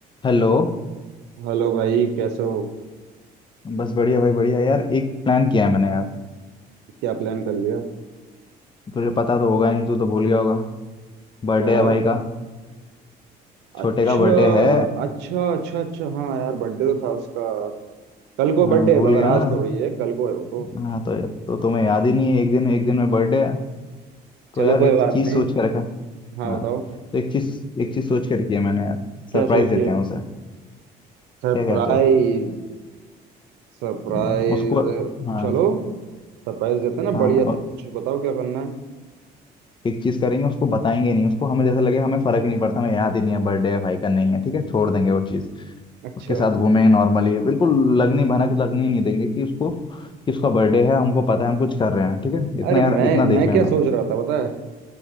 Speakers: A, on the left; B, on the right.
A: Hello
B: Hello भाई कैसे हो
A: बस बढ़िया भाई बढ़िया यार एक प्लान किया है मैंने यार
B: क्या प्लान कर लिया
A: तुझे पता तो होगा नहीं तू तो भूल गया होगा बर्थडे
B: क्या
A: है भाई का
B: अच्छा
A: छोटे का बर्थडे है
B: अच्छा अच्छा अच्छा हाँ यार बर्थडे तो था उसका कल को बर्थडे
A: हाँ भूल
B: है मगर
A: गया
B: आज
A: ना
B: थोड़ी है कल को है वो तो
A: हाँ तो तो तुम्हें याद ही नहीं है एक दिन एक दिन में बर्थडे है तो
B: चलो
A: यार
B: कोई
A: एक
B: बात
A: चीज
B: नहीं
A: सोच के रखा
B: हाँ
A: हाँ
B: बताओ
A: तो एक चीज एक चीज सोच के रखी है मैंने यार
B: क्या
A: सरप्राइज
B: सोच
A: देते
B: लिया
A: हैं उसे
B: सरप्राइज
A: क्या कहते हो
B: सरप्राइज
A: हम्म, उसको हाँ
B: चलो सरप्राइज देते हैं ना
A: हाँ
B: बढ़िया सा।
A: और
B: कुछ बताओ क्या करना है
A: एक चीज करेंगे उसको बताएंगे नहीं उसको हमें जैसे लगे हमें फर्क ही नहीं पड़ता हमें याद ही नहीं है बर्थडे है भाई का नहीं है ठीक है छोड़ देंगे वो चीज
B: अच्छा
A: उसके साथ घूमें नॉर्मली बिल्कुल लगनी भनक लगने ही नहीं देंगे कि उसको कि उसका बर्थडे है हमको पता है हम कुछ कर रहे हैं ठीक है इतना
B: अरे
A: यार
B: मैं
A: इतना देख
B: मैं
A: लेना
B: क्या सोच रहा था पता है